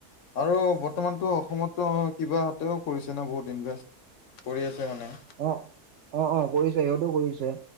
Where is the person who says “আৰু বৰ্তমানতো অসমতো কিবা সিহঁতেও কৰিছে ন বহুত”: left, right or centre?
Left